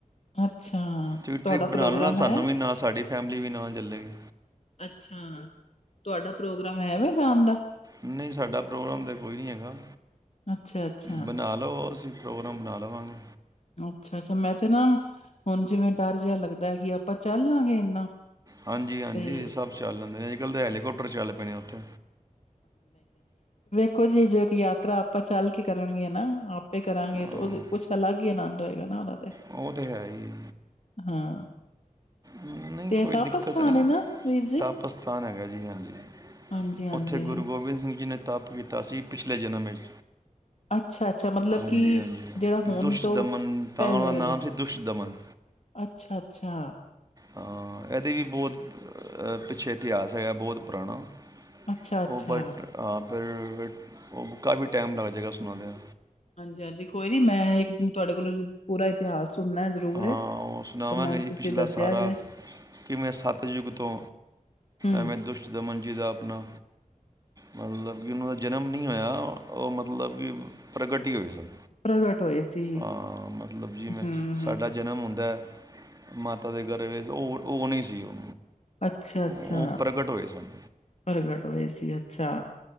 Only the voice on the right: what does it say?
ਤੇ ਟ੍ਰਿਪ
ਬਣਾ
ਲੈਣਾ ਸਾਨੂੰ
ਵੀ ਨਾਲ ਸਾਡੀ ਫੈਮਿਲੀ ਵੀ ਨਾਲ ਚੱਲੇਗੀ
ਨਹੀਂ ਸਾਡਾ ਪ੍ਰੋਗਰਾਮ ਤੇ ਕੋਈ ਨੀ ਹੈਗਾ
ਬਣਾ ਲਸੀ ਪ੍ਰੋਗਰਾਮ ਬਣਾ ਲਵਾਂਗੇ
ਹਾਂਜੀ ਹਾਂਜੀ
ਇਹ ਸਭ ਚੱਲ ਲੈਂਦੇ ਨੇ। ਜਲਦੀ ਹੈਲੀਕਾੋਪਟਰ ਚੱਲ ਪੈਣੇ ਉੱਥੇ
ਹਾਂ,
ਉਹ ਤੇ ਹੈ ਹੀ।
ਨਹੀਂ
ਕੋਈ
ਦਿੱਕਤ
ਨੀ
ਤਪ ਸਥਾਨ ਹੈਗਾ ਜੀ ਹਾਂਜੀ।
ਉੱਥੇ ਗੁਰੂ ਗੋਬਿੰਦ ਸਿੰਘ ਜੀ ਜੀ ਨੇ ਤਪ ਕੀਤਾ ਸੀ ਪਿਛਲੇ ਜਨਮ ਵਿੱਚ
ਹਾਂਜੀ
ਹਾਂਜੀ
ਦੁਸ਼ਟ
ਦਮਨ ਤਾਂ
ਉਹਦਾ
ਨਾਮ ਸੀ ਦੁਸ਼ਟ ਦਮਨ
ਹਾਂ ਇਹਦੇ ਵੀ ਬਹੁਤ ਅ ਪਿੱਛੇ ਇਤਿਹਾਸ ਹੈਗਾ ਬਹੁਤ ਪੁਰਾਣਾ
ਉਹ ਬਟ ਫਿਰ ਉਹ ਕਾਫੀ ਟਾਈਮ ਲੱਗ ਜਾਵੇਗਾ ਸੁਣਾ ਦਿਆ
ਹਾਂ
ਉਹ ਸੁਣਾਵਾਂਗੇ
ਜੀ
ਪਿਛਲਾ
ਸਾਰਾ
ਕਿਵੇੈਂ ਸੱਤਯੁੱਗ ਤੋਂ
ਐਵੇੈਂ ਦੁਸ਼ਟ ਦਮਨ ਜਿਹਦਾ ਆਪਣਾ ਮਤਲਬ ਕਿ ਉਹਨਾਂ ਦਾ ਜਨਮ ਨਹੀਂ ਹੋਇਆ ਉਹ ਮਤਲਬ ਕਿ ਪ੍ਰਗਟ ਹੀ ਹੋਏ ਸਨ।
ਹਾਂ ਮਤਲਬ ਜਿਵੇਂ
ਸਾਡਾ
ਜਨਮ ਹੁੰਦਾ ਮਾਤਾ ਦੇ ਗਰਭ ਵਿੱਚ ਉਹ ਉਹ ਨਹੀਂ ਸੀ ਉਹ
ਉਹ ਪ੍ਰਗਟ ਹੋਏ ਸਨ